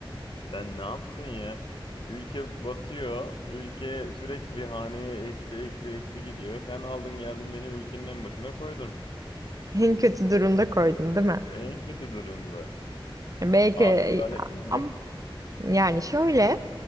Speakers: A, on the left (about 60°); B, on the right (about 40°).
A: sen ne yaptın ya? Ülke batıyor. Ülke sürekli haneye eksi eksi eksi gidiyor. Sen aldın geldin beni ülkenin en başına koydun.
B: <laughs> En kötü durumda koydum, değil mi?
A: En kötü durumda.
B: Belki
A: Aa, Adalet mi bu?
B: ama yani şöyle